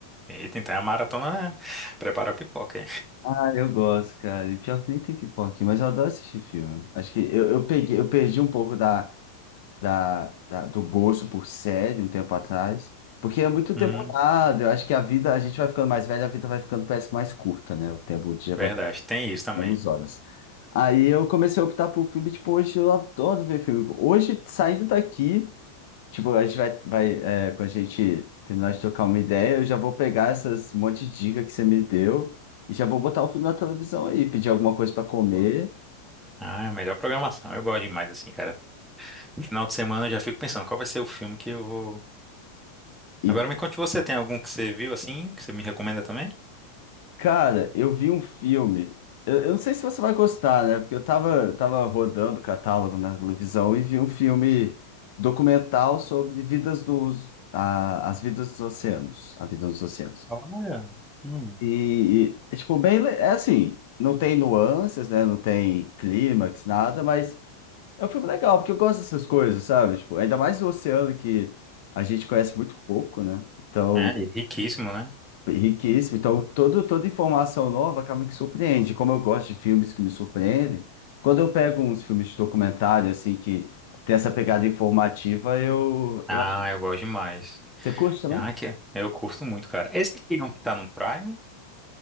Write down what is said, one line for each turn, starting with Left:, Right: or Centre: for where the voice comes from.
Centre: eita, então é a maratona. né? Prepara a pipoca.
Left: Ah, eu gosto, cara. E pior que nem tem pipoca aqui, mas eu adoro assistir filme. Acho que eu, eu peguei, eu perdi um pouco da, da, da- do gosto por série um tempo atrás, porque é muito demorado.
Centre: Hum,
Left: Eu acho que a vida, a gente vai ficando mais velho, a vida vai ficando, parece mais curta, né? O tempo, o dia
Centre: verdade,
Left: vai
Centre: tem isso também.
Left: 11 horas. Aí eu comecei a optar por filme, tipo, hoje eu adoro ver filme. Hoje, saindo daqui, tipo, a gente vai, vai é, quando a gente terminar de trocar uma ideia, eu já vou pegar essas um monte de dica que você me deu e já vou botar um filme na televisão aí, pedir alguma coisa pra comer.
Centre: Boa. Ah, é a melhor programação. Eu gosto demais, assim, cara. Final de semana eu já fico pensando qual vai ser o filme que eu vou.
Left: E,
Centre: Agora me conte você, tem algum que você viu assim, que você me recomenda também?
Left: cara, eu vi um filme, eu, eu não sei se você vai gostar, né? Porque eu tava, tava rodando o catálogo na televisão e vi um filme documental sobre vidas dos, a- as vidas dos oceanos, a vida nos oceanos.
Centre: Olha. Hum.
Left: E, e é tipo, bem, le- é assim, não tem nuances, né? Não tem clímax, nada, mas é um filme legal, porque eu gosto dessas coisas, sabe? Tipo, ainda mais o oceano que a gente conhece muito pouco, né? Então,
Centre: É, e é riquíssimo, né?
Left: é riquíssimo. Então, todo, toda informação nova acaba que surpreende. Como eu gosto de filmes que me surpreendem, quando eu pego uns filmes de documentário, assim, que tem essa pegada informativa, eu...
Centre: Ah,
Left: eu...
Centre: eu gosto demais.
Left: Você curte também?
Centre: Ah, que eu curto muito, cara. Esse aqui não tá no Prime?